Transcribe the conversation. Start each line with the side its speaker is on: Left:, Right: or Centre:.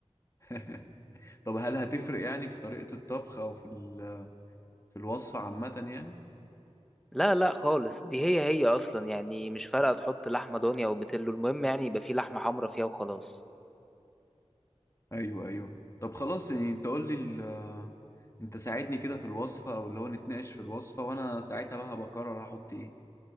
Left: <laughs> طب هل هتفرق يعني في طريقة الطبخ او في ال- في الوصفة عامة يعني
Centre: لا لا خالص دي هي هي اصلا يعني مش فارقة تحط لحمة ضاني او بتلو المهم يعني يبقى فيه لحمة حمرا فيها وخلاص
Left: ايوه ايوه طب خلاص يعني انت قول لي ال... انت ساعدني كده في الوصفه او اللي هو نتناقش في الوصفه وانا ساعتها بقى هبقى اقرر احط ايه